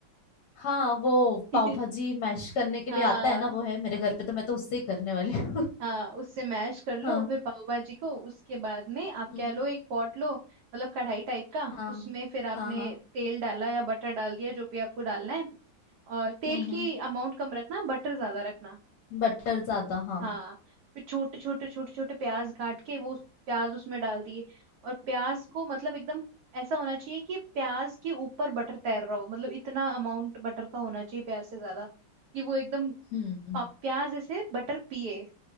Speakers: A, on the left; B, on the right.
A: हाँ वो
B: <laughs>
A: पाव भाजी मैश करने के
B: हाँ
A: लिए आता है ना वो है मेरे घर पे तो मैं तो उससे ही करने वाली हूँ <laughs>
B: हाँ उससे मैश कर लो
A: हाँ
B: फिर पाव भाजी को उसके बाद में आप
A: हम्म
B: क्या
A: हम्म,
B: लो एक पॉट लो मतलब कढ़ाई टाइप का
A: हाँ
B: उसमें फिर आपने
A: हाँ हाँ
B: तेल डाला या बटर डाल दिया जो भी आपको डालना है और तेल
A: हम्म
B: की
A: हम्म
B: अमाउंट कम रखना बटर ज्यादा रखना
A: बटर ज्यादा हाँ
B: हाँ फिर छोटे छोटे छोटे छोटे प्याज काट के वो उस- प्याज उसमें डाल दिए और प्याज को मतलब एकदम ऐसा होना चाहिए कि प्याज के ऊपर बटर तैर रहा हो मतलब इतना अमाउंट बटर का होना चाहिए प्याज से ज्यादा कि वो एकदम
A: हम्म
B: पा- प्याज ऐसे बटर पिए